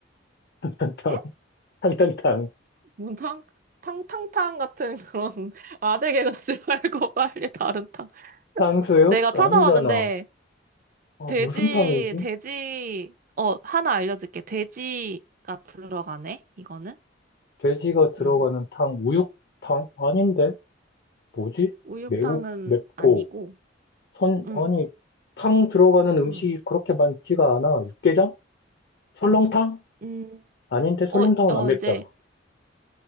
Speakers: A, on the left; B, on the right.
A: <laughs> 탕탕탕.
B: 응?
A: 탕탕탕.
B: 뭔 탕? 탕탕탕 같은 그런 <laughs> 아재 개그 싫어할 <laughs> 빨리 다른 탕.
A: 탕수육?
B: 내가
A: 아니잖아.
B: 찾아봤는데,
A: 아,
B: 돼지,
A: 무슨 탕이지?
B: 돼지, 어, 하나 알려줄게. 돼지가 들어가네, 이거는.
A: 돼지가 들어가는
B: 음.
A: 탕, 우육탕? 아닌데? 뭐지?
B: 우육탕은
A: 매우, 맵고,
B: 아니고,
A: 선,
B: 음,
A: 아니, 탕 들어가는 음식이
B: 음.
A: 그렇게 많지가 않아. 육개장? 설렁탕?
B: 음,
A: 아닌데, 설렁탕은
B: 어, 어,
A: 안 맵잖아.
B: 이제